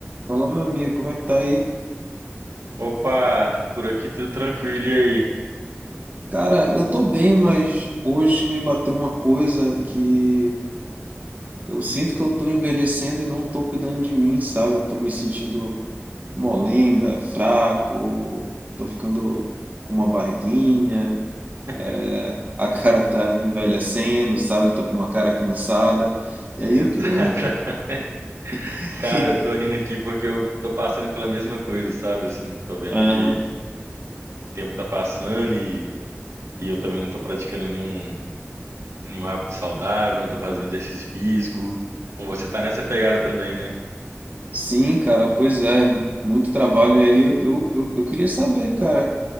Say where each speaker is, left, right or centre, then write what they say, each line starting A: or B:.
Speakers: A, on the right; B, on the right.
A: Fala, meu amigo, como é que tá aí?
B: Opa, por aqui tudo tranquilo, e aí?
A: Cara, eu tô bem, mas hoje me bateu uma coisa que eu sinto que eu tô envelhecendo e não tô cuidando de mim, sabe? Eu tô me sentindo molenga, fraco, tô ficando com uma barriguinha,
B: <laughs>
A: é, a cara tá envelhecendo, sabe? Tá com uma cara cansada. E aí
B: Exatamente.
A: eu, eu... <laughs>
B: Cara, eu tô rindo aqui porque eu tô passando pela mesma coisa, sabe? Assim, tô vendo
A: Aham.
B: que o tempo tá passando e, e eu também não tô praticando nenhum, nenhum hábito saudável, não tô fazendo exercício físico. Com você tá nessa pegada também, né?
A: Sim, cara, pois é, muito trabalho. E aí eu, eu, eu, eu queria saber, cara,